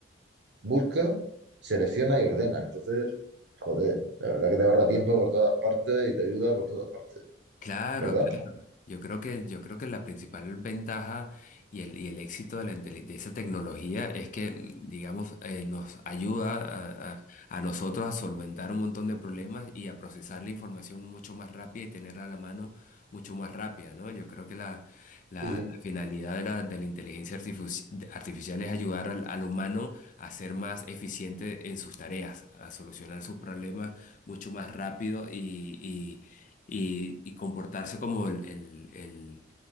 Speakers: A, on the right; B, on the left.
A: busca, selecciona y ordena. Entonces, joder, la verdad que te ahorra tiempo por todas partes y te ayuda por todas partes,
B: Claro,
A: ¿verdad?
B: claro. Yo creo que, yo creo que la principal ventaja y el, y el éxito de, la, inteli- de esa tecnología es que, mm, digamos, eh, nos ayuda a, a- a nosotros a solventar un montón de problemas y a procesar la información mucho más rápida y tenerla a la mano mucho más rápida, ¿no? Yo creo que la, la-
A: Sí,
B: la finalidad de la, de la inteligencia artifici- artificial es ayudar al, al humano a ser más eficiente en sus tareas, a solucionar sus problemas mucho más rápido y y, y comportarse como el, el- el-